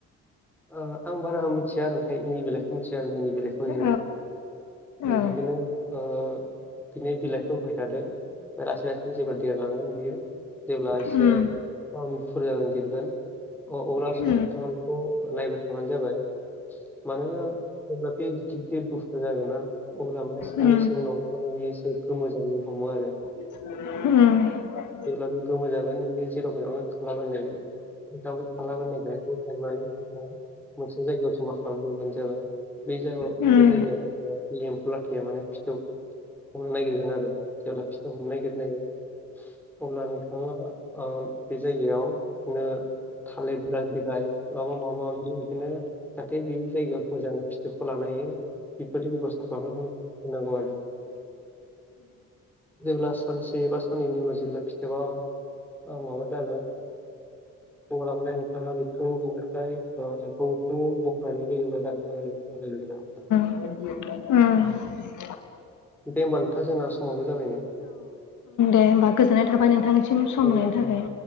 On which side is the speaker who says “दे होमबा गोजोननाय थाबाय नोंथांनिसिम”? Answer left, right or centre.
Left